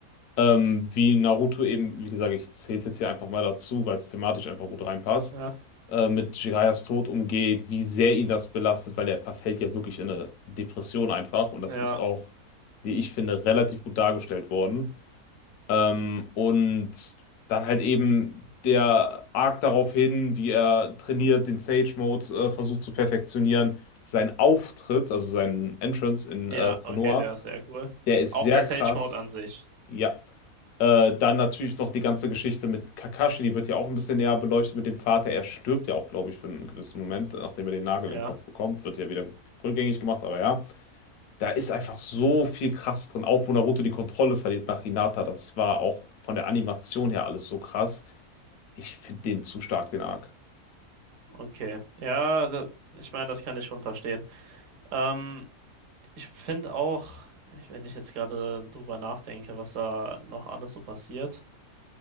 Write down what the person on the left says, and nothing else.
ähm, wie Naruto eben, wie gesagt, ich zähle es jetzt hier einfach mal dazu, weil es thematisch einfach gut reinpasst,
äh, mit Jiraias Tod umgeht, wie sehr ihn das belastet, weil er verfällt ja wirklich in eine Depression einfach und das
ist auch, wie ich finde, relativ gut dargestellt worden. Ähm, und dann halt eben der Arc darauf hin, wie er trainiert, den Sage Mode äh, versucht zu perfektionieren. Sein Auftritt, also sein Entrance in
äh,
Konoha,
der ist
sehr
krass.
Ja. Äh, dann natürlich noch die ganze Geschichte mit Kakashi, die wird ja auch ein bisschen näher beleuchtet mit dem Vater. Er stirbt ja auch, glaube ich, für einen gewissen Moment, nachdem er den Nagel
im Kopf bekommt. Wird ja wieder rückgängig gemacht, aber ja. Da ist einfach so viel krass drin, auch wo Naruto die Kontrolle verliert nach Hinata. Das war auch von der Animation her alles so krass. Ich finde den zu stark, den Arc.